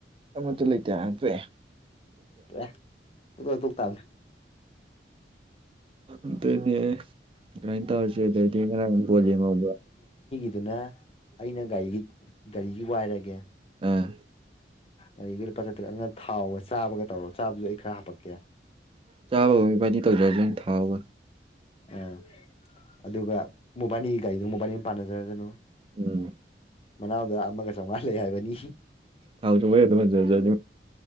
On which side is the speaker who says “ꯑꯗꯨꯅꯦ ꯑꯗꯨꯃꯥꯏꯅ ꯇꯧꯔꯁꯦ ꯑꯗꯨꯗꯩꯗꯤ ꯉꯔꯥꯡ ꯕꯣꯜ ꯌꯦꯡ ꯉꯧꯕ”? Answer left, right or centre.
Right